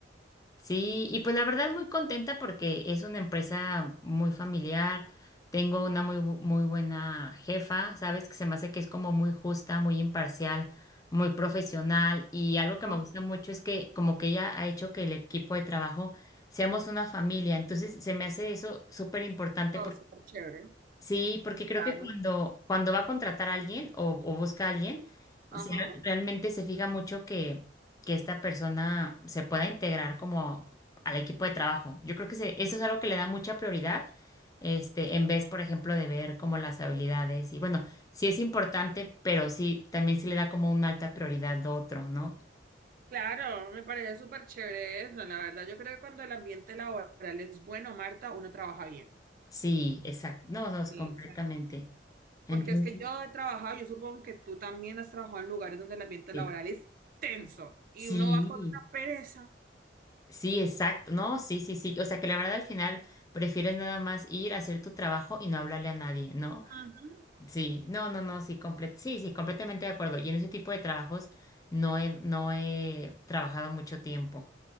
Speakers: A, on the left; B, on the right.
A: sí, y pues la verdad muy contenta porque es una empresa muy familiar, tengo una muy, bu- muy buena jefa, sabes que se me hace que es como muy justa, muy imparcial, muy profesional y algo que
B: Ah,
A: me gusta mucho es que como que ella ha hecho que el equipo de trabajo seamos una familia, entonces se me hace eso súper importante
B: oh, súper chévere,
A: Sí, porque creo
B: claro.
A: que cuando, cuando va a contratar a alguien o, o busca a alguien,
B: Ajá.
A: se- realmente se fija mucho que, que esta persona se pueda integrar como al equipo de trabajo. Yo creo que se- eso es algo que le da mucha prioridad, este, en vez, por ejemplo, de ver como las habilidades. Y bueno, sí es importante, pero sí, también sí le da como una alta prioridad lo otro, ¿no?
B: Claro, me parece súper chévere eso, la verdad. Yo creo que cuando el ambiente laboral es bueno, Marta, uno trabaja bien.
A: Sí, exacto. No, no, es
B: Sí.
A: completamente.
B: O sea,
A: Entonces,
B: porque es que yo he trabajado, yo supongo que tú también has trabajado en lugares donde el ambiente
A: sí.
B: laboral es tenso y
A: Sí.
B: uno va con una pereza.
A: Sí, exacto. No, sí, sí, sí. O sea, que la verdad al final prefieres nada más ir a hacer tu trabajo y no hablarle a nadie, ¿no?
B: Ujú.
A: Sí, no, no, no, sí, comple- sí, sí, completamente de acuerdo. Y en ese tipo de trabajos no he, no he trabajado mucho tiempo.